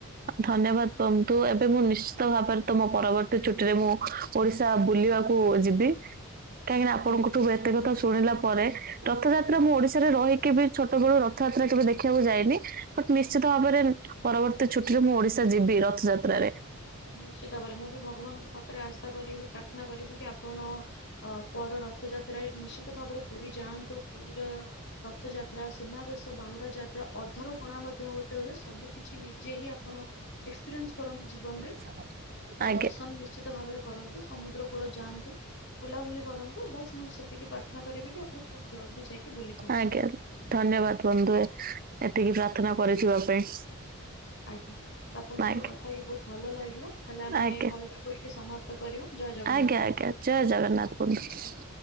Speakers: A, on the right; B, on the left.
A: ଧନ୍ୟବାଦ ତମକୁ ଏବେ ମୁଁ ନିଶ୍ଚିତ ଭାବରେ ତମୋ ପରବର୍ତ୍ତୀ ଛୁଟିରେ ମୁଁ ଓଡିଶା ବୁଲିବାକୁ ଯିବି କାହିଁକିନା ଆପଣଙ୍କଠୁ
B: ଆଜ୍ଞା
A: ଏତେ କଥା ଶୁଣିଲା ପରେ ରଥଯାତ୍ରା ମୁଁ ଓଡିଶାରେ ରହିକି ବି ଛୋଟ ବେଳୁ ରଥଯାତ୍ରା କେବେ ଦେଖିବାକୁ ଯାଏନି ବଟ ନିଶ୍ଚିତ ଭାବରେ ପରବର୍ତ୍ତୀ ଛୁଟିରେ ମୁଁ ଓଡିଶା ଯିବି ରଥଯାତ୍ରାରେ
B: ନିଶ୍ଚିତ ଭାବରେ ମୁଁ ବି ଭଗବାନଙ୍କ ପାଖରେ ଆଶା କରିବି ପ୍ରାର୍ଥନା କରିବି କି ଆପଣ ଅ ପର ରଥ ଯାତ୍ରାରେ ନିଶ୍ଚିତ ଭାବରେ ପୁରୀ ଯାଆନ୍ତୁ ପୁରୀର ରଥଯାତ୍ରା ସୁନାବେଶ ବାହୁଡା ଯାତ୍ରା ଅଧରପଣା ମଧ୍ୟ ଗୋଟେ ହୁଏ ସବୁ କିଛି ନିଜେ ହିଁ ଆପଣ ଏକ୍ସପିରିଏନ୍ସ କରନ୍ତୁ ଜୀବନ ରେ
A: <inaudible>
B: ଆଉ
A: ଆଜ୍ଞା
B: ଦର୍ଶନ ନିଶ୍ଚିତ ଭାବରେ କରନ୍ତୁ ସମୁଦ୍ର କୂଳ ଯାଆନ୍ତୁ ବୁଲାବୁଲି କରନ୍ତୁ ବାସ୍ ମୁଁ ସେତିକି ପ୍ରାର୍ଥନା କରିବି କି ଆପଣ ଖୁବ ଜଲଦି ଯାଇକି ବୁଲିକି ଆସନ୍ତୁ।
A: ଆଜ୍ଞା ଆଜ୍ଞା ଧନ୍ୟବାଦ ବନ୍ଧୁ ଏତିକି ପ୍ରାର୍ଥନା କରିିଥିବା ପାଇଁ
B: ଆଜ୍ଞା ଆପଣଙ୍କ ସହିତ
A: ଆଜ୍ଞା
B: କଥା ହେଇକି ବହୁତ ଭଲ ଲାଗିଲା ତାହେଲେ ଆମେ
A: ଆଜ୍ଞା
B: କଲ ଟା କୁ ଏ ଏଠି ସମାପ୍ତ କରିବା ଜୟ ଜଗନ୍ନାଥ
A: ଆଜ୍ଞା
B: ବନ୍ଧୁ
A: ଆଜ୍ଞା ଜୟ ଜଗନ୍ନାଥ ବନ୍ଧୁ